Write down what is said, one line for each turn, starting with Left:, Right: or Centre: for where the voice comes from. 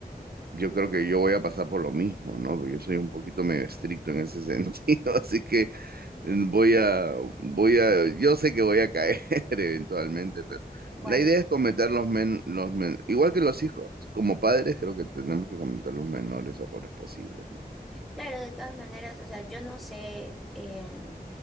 Right: Yo creo que yo voy a pasar por lo mismo, ¿no? Porque Yo soy un poquito medio estricto en ese sentido, <laughs> así que
Centre: <laughs>
Right: mm, voy a, voy a, yo sé que voy a caer <laughs> eventualmente, pero
Centre: Bueno,
Right: la idea es cometer los men, los men, igual que los hijos, como padres, creo que tenemos que cometer los menores errores posibles, no
Centre: claro, de todas maneras, o sea, yo no sé, em,